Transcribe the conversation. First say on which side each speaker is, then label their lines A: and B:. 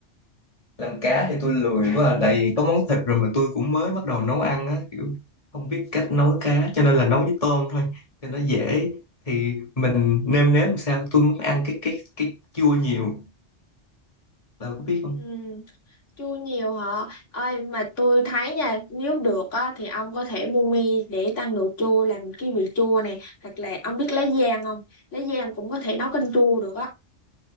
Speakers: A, on the left; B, on the left.
A: làm cá thì tôi lười quá à. tại vì có món thịt rồi mà tôi cũng mới bắt đầu nấu ăn á kiểu không biết cách nấu cá cho nên là nấu với tôm thôi cho nó dễ thì mình nêm nếm làm sao tôi muốn ăn cái cái cái chua nhiều đâu có biết
B: Ừ. Chua nhiều hả? Ơi mà tôi thấy nha, nếu được á thì ông có thể mua mi để tăng độ chua làm cái vị chua này, hoặc là ông biết lá giang không? Lá giang cũng có thể nấu canh chua được á.